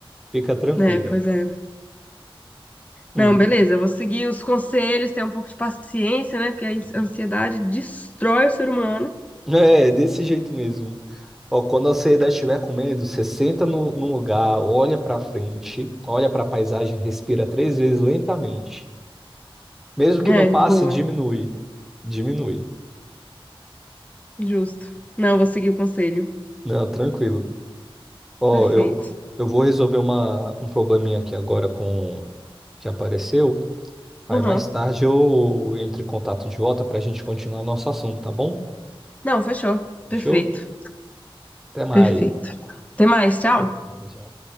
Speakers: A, in the centre; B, on the left.
A: Fica tranquila.
B: É, pois é.
A: Hum.
B: Não, beleza,
A: <laughs>
B: eu vou seguir os conselhos, ter um pouco de paciência, né? Porque a ans- ansiedade destrói o ser humano.
A: É, desse jeito mesmo. Ó, quando a ansiedade estiver comendo, você senta no, num lugar, olha pra frente, olha pra paisagem, respira três vezes lentamente. Mesmo que
B: É,
A: não passe,
B: boa,
A: diminui. Diminui.
B: justo. Não, eu vou seguir o conselho.
A: Não, tranquilo. Ó,
B: Perfeito.
A: eu, eu vou resolver uma, um probleminha aqui agora com que apareceu. Aí
B: Uhum.
A: mais tarde eu entro em contato de volta para a gente continuar nosso assunto, tá bom?
B: Não, fechou.
A: Fechou?
B: Perfeito,
A: Até mais.
B: perfeito. Até mais, tchau.
A: Tchau.